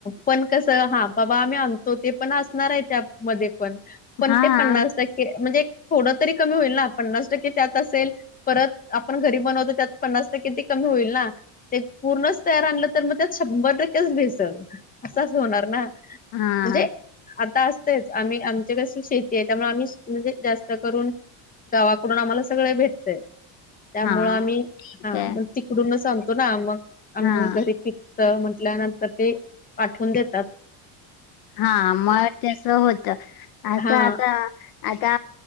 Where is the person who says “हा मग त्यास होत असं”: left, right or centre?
Left